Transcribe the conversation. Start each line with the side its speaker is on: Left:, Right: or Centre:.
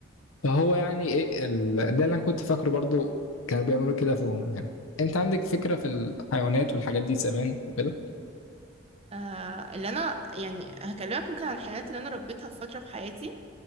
Left: فهو يعني ايه ال... ده اللي انا كنت فاكره برضو كانوا بيعملوا كده فيهم يعني انت عندك فكره في الحيوانات والحاجات دي زمان وكده
Right: آه اللي انا يعني هكلمك ممكن عن الحيوانات اللي انا ربيتها في فتره في حياتي